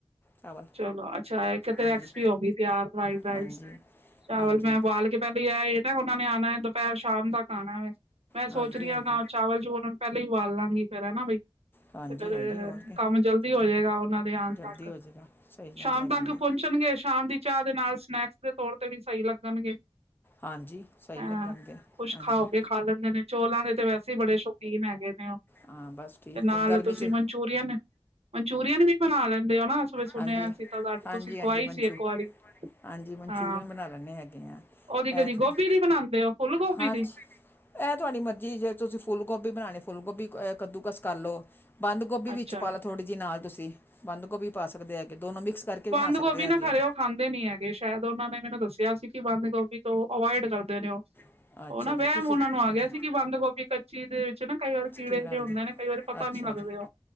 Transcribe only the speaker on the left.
ਚਾਵਲ
ਹਾਂਜੀ ਹਾਂਜੀ
ਹਾਂਜੀ
ਹਾਂਜੀ
ਹਾਂਜੀ
ਹਾਂਜੀ
ਹਾਂਜੀ
ਹਾਂਜੀ ਹੋਰ ਕੀ
ਜਲਦੀ
ਹੋ ਸਹੀ।
ਗੱਲ ਹੈਗੀ
ਹੈ
ਹਾਂਜੀ, ਸਹੀ
ਲੱਗਣਗੇ।
ਹਾਂਜੀ
ਹਾਂ, ਬਸ ਠੀਕ
ਹੈ ਗਰਮੀ
'ਚ
ਹਾਂਜੀ
ਹਾਂਜੀ
ਹਾਂਜੀ ਮਨਚੂ
ਹਾਂਜੀ, ਮਨਚੂਰੀਅਨ
ਬਣਾ ਲੈਂਨੇ ਹੈਗੇ ਆ।
ਇਹ
ਤੁਸੀਂ
ਹਾਂਜੀ
ਇਹ ਤੁਹਾਡੀ ਮਰਜ਼ੀ ਜੇ ਤੁਸੀਂ ਫੁੱਲ ਗੋਭੀ ਬਣਾਣੀ ਫੁੱਲ ਗੋਭੀ ਕੱਦੂ ਕਸ ਕਰਲੋ। ਬੰਦ ਗੋਭੀ ਵਿੱਚ
ਪਾ ਲਓ ਥੋੜ੍ਹੀ ਜਿਹੀ ਨਾਲ ਤੁਸੀਂ, ਬੰਦ ਗੋਭੀ ਪਾ ਸਕਦੇ ਹੈਗੇ ਦੋਨੋਂ ਮਿਕਸ ਕਰਕੇ
ਬਣਾ ਸਕਦੇ
ਹੈਗੇ
ਆ।
ਆ ਅੱਛਾ
ਜੀ
ਤੁਸੀਂ
ਹਾਂਜੀ
ਕੀ ਬਣਾਉਂਦੇ
ਅੱਛਾ
ਜੀ